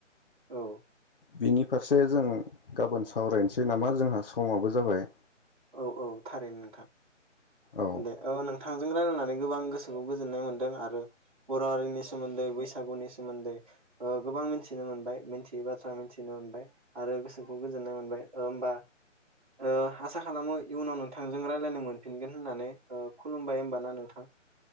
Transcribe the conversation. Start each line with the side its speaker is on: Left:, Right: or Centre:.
Right: औ।
Left: बिनि फारसे जों गाबोन सावरायनोसै नामा जोंहा समाबो जाबाय।
Right: औ औ थारैनो नोंथां।
Left: औ
Right: दे ओ नोंथांजों रायलायनानै गोबां गोसोखौ गोजोननाय मोन्दों आरो बर'श हारिनि सोमोन्दै बैसागुनि सोमोन्दै ओ गोबां मिथिनो मोनबाय मिथियै बाथ्रा मिथिनो मोनबाय आरो गोसोखौ गोजोननाय मोनबाय होमबा ओ आसा खालामो इयुनाव नोंथांजों रायजलायनो मोनफिनगोन। होननानै खुलुमबाय होमबा ना नोंथां।